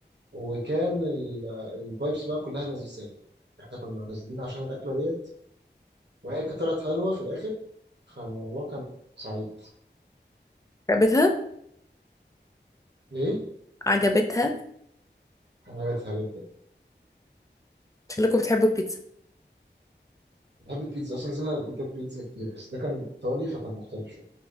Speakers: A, on the right; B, on the left.
A: وكان ال- الفايبس بقى كلها لذيذة يعني إحنا كنا نازلين عشان الأكلة ديت وهي كانت طلعت حلوة في الآخر فالموضوع كان سعيد
B: عجبتها
A: ليه؟
B: عجبتها
A: عجبتها جدا
B: شكلكم بتحبوا البيتزا
A: بحب البيتزا أصلا نزلنا بيتزا بيتزا كتير بس ده كان إيطالي فكان مختلف شوية